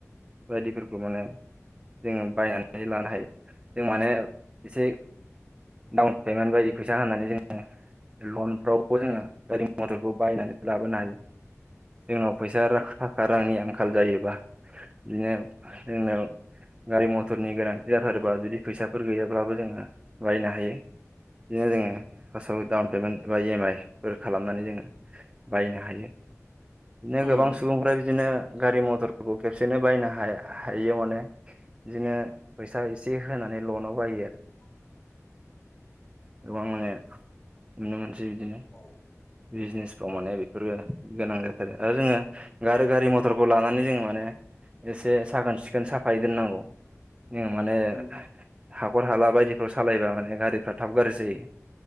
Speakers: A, on the right (about 20°); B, on the left (about 40°).
A: बायदिफोरखौ माने जोङो बायनानै लानो हायो जों माने एसे डाउन पेमेन्ट बायदि फैसा होनानै जोङो लनफ्रावबो जोङो गारि मथरखौ। बायनानै बाब नला जोंनाव फैसा आरो थाखा रांनि आंखाल जायोबा बिदिनो जोंना गारि मथरनि गोनांथि जाथारोबा जुदि फैसाफोर गैयाब्लाबो जोङो बायनो हायो। नो जोंङो। फार्स्टआव डाउन पेमेन्ट एबा इएम आइफोर खालामनानै जोङो बायनो हायो।
B: उम
A: नो गोबां सुबुंफ्रा बि बिदिनो गारि मथरफोरखौ खेबसेनो बायनो हाया हयोयाव मानि बिदिनो फैसा ए चेक होनानै लनाव बायो।
B: <inaudible>
A: गोबां माने नुनो मोनसै बिदिनो।
B: औ
A: बिजनेसफ्राव माने बेफोरो गोनां जाथारो आरो जोङो गारो गारि मथरखौ लानानै जों माने एसे साखोन सिखोन साफायै दोननांगौ ज माने
B: उम
A: हाखर हाला बायदिफ्राव सालायबा माने गारिफ्रा थाब गाज्रि जायो।